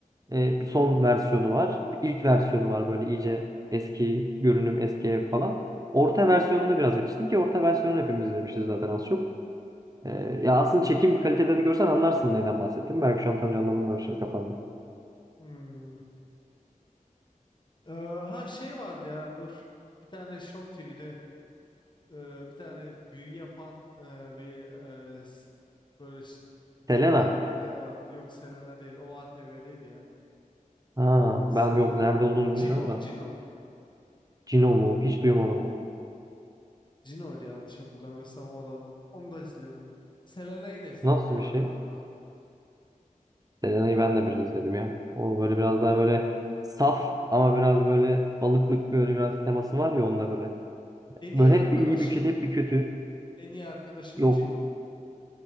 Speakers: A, on the right (about 25°); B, on the left (about 35°).
A: E, bir son versiyonu var. Bir ilk versiyonu var böyle iyice eski görünüm, eski ev falan. Orta versiyonuna biraz yetiştim ki orta versiyonunu hepimiz izlemişiz zaten az çok. Ee, ya aslında çekim kalitelerini görsen anlarsın neyden bahsettim. Belki şu an tam canlandırmıyorum şimdi kafamda.
B: hmm, Ee, ha şey vardı ya dur. Bir tane Show TV'de e, bir tane büyü yapan e, bir e, s- böyle ş-
A: Selena.
B: dinler minler vardı. Yok Selena değil. O ATV'deydi ya.
A: Ha,
B: Ee, Selena.
A: ben yok nerede olduğunu
B: Cino,
A: bilmiyorum da.
B: Cino.
A: Cino mu? Hiç duymadım onu.
B: Cino'ydu yanlış hatırlamıyorsam o da onu da izliyordum. Selena'yı da izledim
A: Nasıl
B: bu
A: bir
B: arada
A: şey?
B: ama.
A: Selena'yı
B: E,
A: ben de biraz izledim ya. O böyle biraz daha böyle saf ama biraz böyle alıklık böyle biraz teması var ya onda böyle.
B: En
A: Böyle
B: iyi arkadaşım,
A: hep bir iyi bir kötü hep bir kötü.
B: en iyi arkadaşım
A: Yok.
B: Cino.